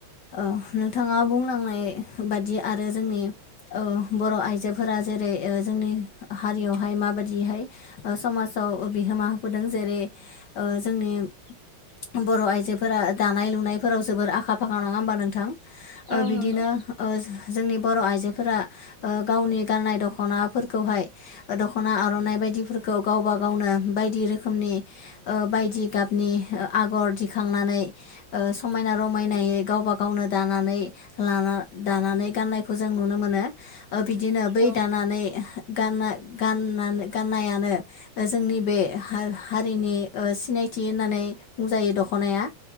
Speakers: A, on the left (about 65°); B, on the right (about 40°).
A: ओ थाङा बुंलांनाय बादि आरो जोंनि अ बर' आइजोफोरा जेरै ओ जोंनि हारियावहाय माबाददिहाय समाजाव बिहोमा होबोदों जेरै ओ जो निम बर' आइजोफोरा दानाय लुनायफोराव जोबोर आखा फाखा नङा होमबा नोंथां? ओ
B: औ
A: बिदिनो
B: नंगौ
A: ओस जोंनि बर' आइजोफोरा ओ गावनि गाननाय दख'नाफोरखौहाय दख'ना आर'नाइ बाय बिदिफोरखौ गावबा गावनो बायदि रोखोमनि ओ बायदि गाबनि आगर दिखां नानै ओ समायना रमायनायै गावब गावनो दानानै लाना दानानै गाननायखौ जों नुनो मोनो। ओ बिदिनो बै
B: औ
A: दानानै गानना गाननानै गाननायानो जोंनि बे हार-हारिनि ओ सिनायथि होननानै बुंजायो दख'नाया।